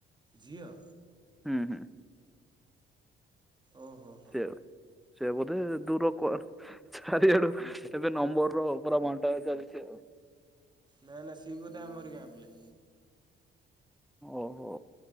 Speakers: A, on the right (about 20°); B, in the centre.
A: ଝିଅ?
B: ହୁଁ ହୁଁ।
A: ଓ ହୋ
B: ସେ ସେ ବୋଧେ ଦୂରକୁ ଅର୍ ଚାରିଆଡୁ, ଏବେ ନମ୍ବର ର ପୁରା ବଣ୍ଟା ଚାଲିଚି ଆଉ।
A: ନାଇଁ ନା ସିଏ ବୋଧେ ଆମରି ଗାଁ ପିଲା।
B: ଓହୋ।